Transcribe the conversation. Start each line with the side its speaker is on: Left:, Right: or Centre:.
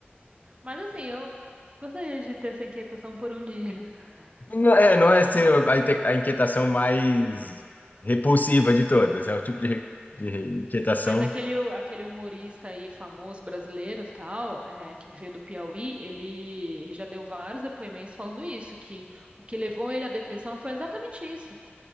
Right: Mas assim, eu gostaria de ter essa inquietação por um dia. <laughs>
Left: Não é, não é assim, a, inte- a inquietação mais repulsiva de todas. É o tipo de, re- de inquietação.
Right: Mas aquele, aquele humorista aí famoso brasileiro, e tal, é, que veio do Piauí, ele, ele já deu vários depoimentos falando isso, que o que levou ele à depressão foi exatamente isso.